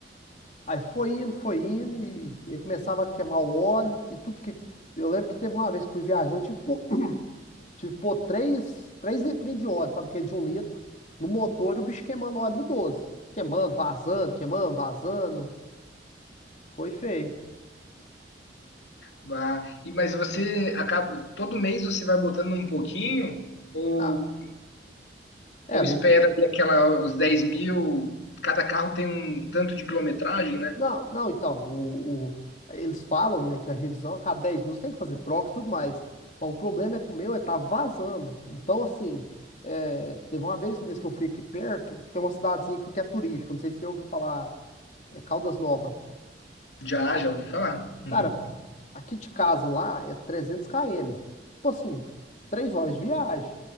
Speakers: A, on the left; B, on the left.
A: Aí foi indo, foi indo, e ele começava a queimar o óleo e tudo que. Eu lembro que teve uma vez que fui viajar, eu tive. pô Tive que pôr três, três litrinhos de óleo, sabe, que é de um litro, no motor e o bicho queimando óleo do doze Queimando, vazando, queimando, vazando. Foi feio.
B: Bah, e mas você acaba todo mês você vai botando um pouquinho ou,
A: Ah, é,
B: ou espera
A: no início.
B: ali aquela os dez mil? Cada carro tem um tanto de quilometragem, né?
A: Não, não, então, o, o- eles falam, né, que a revisão a cada 10 minutos tem que fazer troca e tudo mais. Mas o problema é que o meu, ele tava vazando. Então, assim, é, teve uma vez mesmo que eu fui aqui perto, tem uma cidadezinha aqui que é turística, não sei se você ouviu falar, é Caldas Novas.
B: Já, já ouvi falar. Uhum.
A: Cara, aqui de casa lá é 300 km. Tipo assim, 3 horas de viagem.